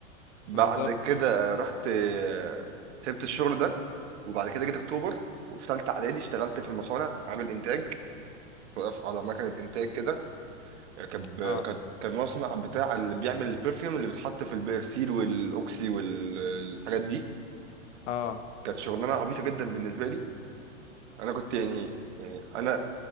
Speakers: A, on the right; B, on the left.
A: بعد
B: بالظبط
A: كده رحت آه، سبت الشغل ده وبعد كده جيت اكتوبر وفي ثالثه اعدادي اشتغلت في المصانع عامل انتاج واقف على مكنه انتاج كده كان
B: اه
A: كان كان مصنع بتاع اللي بيعمل البرفيوم اللي بيتحط في البيرسيل والاوكسي والحاجات دي
B: اه
A: كانت شغلانه عبيطه جدا بالنسبه لي انا كنت يعني يعني انا